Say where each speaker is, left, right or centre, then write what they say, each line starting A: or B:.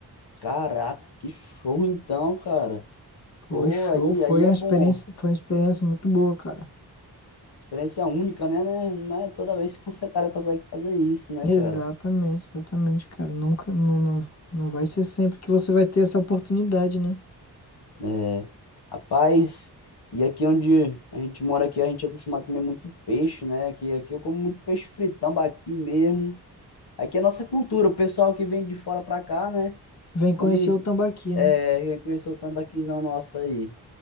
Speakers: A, on the left (about 65°); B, on the left (about 40°).
A: Caraca, que show então, cara.
B: Foi
A: Pô,
B: show,
A: aí,
B: foi
A: aí
B: uma
A: é
B: experiência,
A: bom.
B: foi uma experiência muito boa, cara.
A: Experiência única, né, né? Não é toda vez que você, cara, consegue fazer isso, né,
B: Exatamente,
A: cara?
B: exatamente, cara. Nunca, não, não, não vai ser sempre que você vai ter essa oportunidade, né?
A: É, rapaz, e aqui onde a gente mora aqui, a gente é acostumado a comer muito peixe, né? Aqui, aqui eu como muito peixe fritão tambaqui mesmo. Aqui é nossa cultura, o pessoal que vem de fora pra cá, né?
B: Vem
A: Come,
B: conhecer o Tambaqui,
A: é,
B: né?
A: conheceu o tambaquizão nosso aí.